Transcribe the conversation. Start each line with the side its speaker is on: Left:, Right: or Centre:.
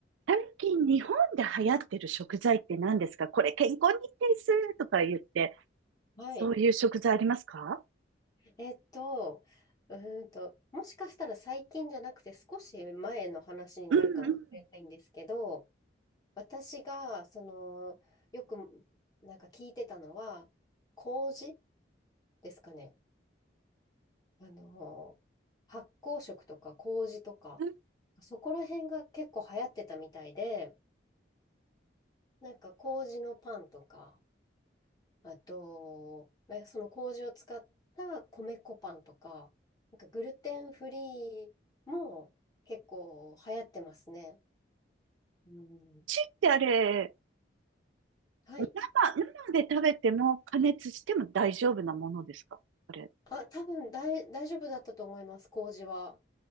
Right: 最近日本で流行ってる食材って何ですかこれ健康にいいですとか言って、
Left: はい。
Right: そういう食材ありますか
Left: えっと、うーんと、もしかしたら最近じゃなくて少し前の話になるかもしれないんですけど、
Right: うんう
Left: 私が、その、よくなんか聞いてたのは、麹ですかね。あの、発酵食とか麹とか、
Right: ん。う
Left: そこら辺が結構流行ってたみたいで、なんか麹のパンとか、あと、まあその麹を使った米粉パンとか、なんかグルテンフリーも結構流行ってますね。うん。
Right: ちってあれ、
Left: はい。
Right: 生、生で食べても加熱しても大丈夫なものですかこれ。
Left: あ、多分大、大丈夫だったと思います、麹は。